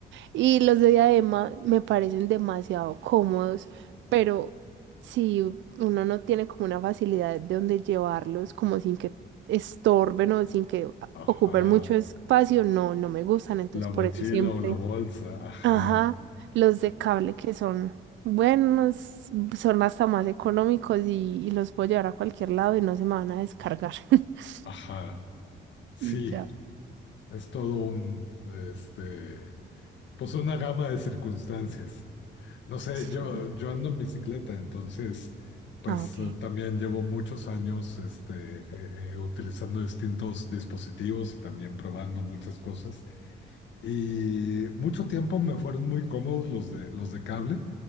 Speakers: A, on the right; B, on the left.
A: Y los de diadema me parecen demasiado cómodos, pero si uno no tiene como una facilidad de donde llevarlos, como sin que estorben o sin que a-
B: Ajá.
A: ocupen mucho espacio, no, no me gustan. Entonces,
B: La
A: por
B: mochila
A: eso siempre,
B: o la bolsa. Ajá.
A: ajá, los de cable que son buenos, son hasta más económicos y, y los puedo llevar a cualquier lado y no se me van a descargar. <laughs>
B: Ajá. Sí,
A: Y ya.
B: es todo un, este, pues una gama de circunstancias. No sé,
A: Sí.
B: yo, yo ando en bicicleta, entonces, pues
A: Ah, ok.
B: eh, también llevo muchos años, este, eh, eh, utilizando distintos dispositivos y también probando muchas cosas. Y mucho tiempo me fueron muy cómodos los de, los de cable,